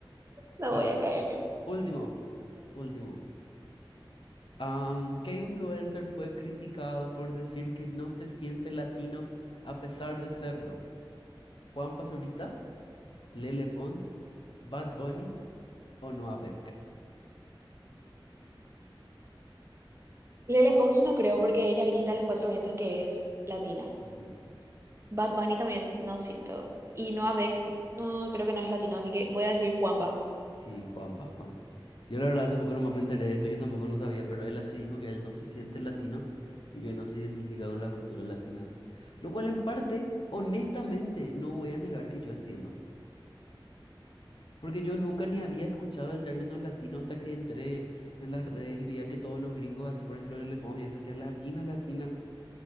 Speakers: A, on the right; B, on the left.
A: no
B: Bueno,
A: voy a caer.
B: último. Último. Am, ¿qué influencer fue criticado por decir que no se siente latino a pesar de serlo? ¿Juan Pazurita, Lele Pons, Bad Bunny o Noah Beck?
A: Lele Pons no creo porque ella grita a los cuatro vientos que es latina.
B: Ujú.
A: Bad Bunny también, no siento. Y Noah Beck, no creo que no es latino, así que voy a decir Juanpa.
B: Sí, Juanpa, Juanpa. Yo la verdad hace poco nomás me enteré de esto, yo tampoco no sabía, pero él así dijo que él no se siente latino y que no se identifica con la cultura latina. Lo cual en parte, honestamente, no voy a negar que yo entiendo. Porque yo nunca ni había escuchado el término latino hasta que entré en las redes y veía que todos los gringos, así por ejemplo, le Pons y eso decía latina, latina.